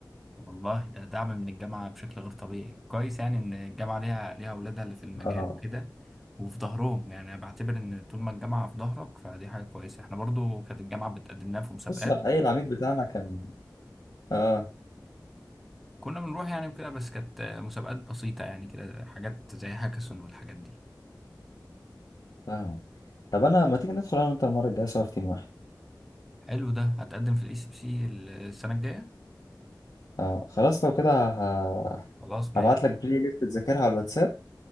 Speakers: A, in the centre; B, on the left.
A: والله ده دعم من الجامعة بشكل غير طبيعي كويس يعني ان الجامعة ليها ليها اولادها اللي في المجال
B: اه
A: وكده وفي ظهرهم يعني انا بعتبر ان طول ما الجامعة في ظهرك فدي حاجة كويسة احنا برضو كانت الجامعة بتقدم لنا في مسابقات
B: بص الحقيقه العميد بتاعنا كان اه
A: كنا بنروح يعني وكده بس كانت مسابقات بسيطة يعني كده حاجات زي هاكاثون والحاجات دي
B: فاهم طب انا ما تيجي ندخل انا وانت المره الجايه سوا في تيم واحد
A: حلو ده هتقدم في الاي سي بي سي السنة الجاية
B: آه خلاص لو كده ه...
A: خلاص ماشي
B: هبعت لك بلاي ليست تذاكرها على الواتساب